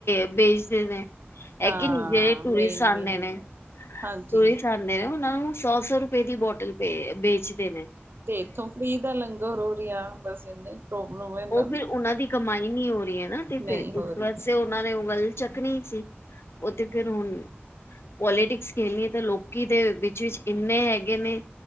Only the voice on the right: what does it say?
ਹਾਂ
ਮੇਨ ਮੇਨ
ਹਾਂਜੀ
ਤੇ ਇੱਥੋਂ ਫਰੀ ਦਾ ਲੰਗਰ ਹੋ ਰਿਹਾ ਹਾ ਬਸ ਇੰਨਾ ਹੀ ਪ੍ਰੋਬਲਮ ਹੈ ਇਹਨਾਂ
ਨੂੰ
ਨਹੀਂ
ਹੋ
ਰਹੀ